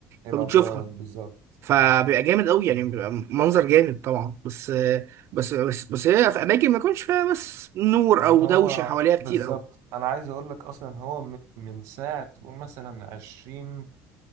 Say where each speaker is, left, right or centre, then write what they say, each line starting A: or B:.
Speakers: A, on the right; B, on the right.
A: إيه
B: فبتشوفها
A: الأبراج بالظبط
B: فبيبقى جامد قوي يعني بيبقى منظر جامد طبعا بس بس بس بس هي في اماكن ما يكونش فيها بس نور
A: ما
B: او
A: هو
B: دوشه حواليها كتير
A: بالظبط
B: قوي
A: أنا عايز أقول لك أصلا هو م- من ساعة تقول مثلا عشرين